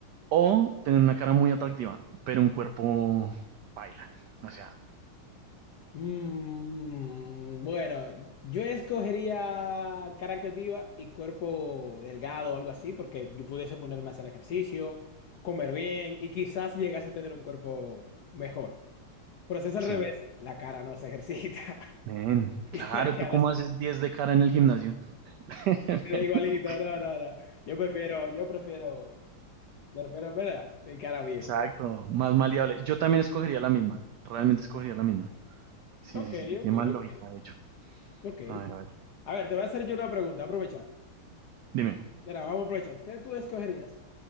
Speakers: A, on the right; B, on the left.
A: O tener una cara muy atractiva, pero un cuerpo baila. O sea,
B: Mm, bueno, yo escogería cara activa y cuerpo delgado o algo así, porque yo pudiese ponerme a hacer ejercicio, comer bien y quizás llegase a tener un cuerpo mejor. Pero si es al
A: sí.
B: revés, la cara no se ejercita
A: Men,
B: <laughs> y
A: claro,
B: la Claro. cara
A: ¿tú cómo haces 10 de cara en el gimnasio? <laughs>
B: se da igualito. No, no, no. Yo prefiero, yo prefiero, prefiero, ¿verdad? Mi cara bien.
A: Exacto, más maleable. Yo también escogería la misma. Realmente escogería la misma. Sí,
B: Ok,
A: sí, sí, tiene
B: ok,
A: más lógica,
B: ok.
A: de hecho.
B: Ok.
A: A ver, a ver.
B: A ver, te voy a hacer yo una pregunta, aprovechar.
A: Dime.
B: Mira, vamos a aprovechar. ¿Qué tú escogerías?